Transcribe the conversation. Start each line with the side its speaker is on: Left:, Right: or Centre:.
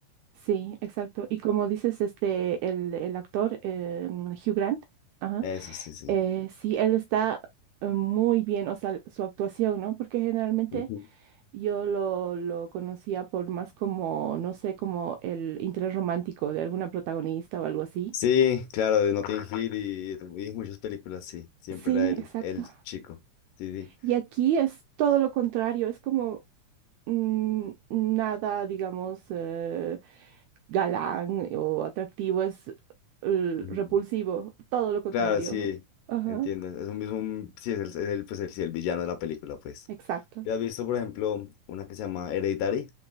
Right: Sí, exacto. Y como dices, este, el, el actor eh, Hugh Grant, ajá,
Left: Eso sí,
Right: eh, sí, él está eh, muy bien, o sea, su actuación, ¿no? Porque generalmente
Left: sí.
Right: Yo lo, lo conocía por más como, no sé, como el interés romántico de alguna protagonista o algo así.
Left: Sí, claro, de Notting Hill y, y muchas películas, sí. Siempre
Right: Sí,
Left: era el,
Right: exacto.
Left: el chico. Sí, sí.
Right: Y aquí es todo lo contrario, es como mm, nada, digamos, eh, galán o atractivo, es eh,
Left: Ujú.
Right: repulsivo, todo lo contrario.
Left: Claro, sí,
Right: Ajá,
Left: entiendo. Es un, es un- sí, es el, es el, pues el, sí, el villano de la película, pues.
Right: exacto.
Left: ¿Ya has visto, por ejemplo, una que se llama Hereditary?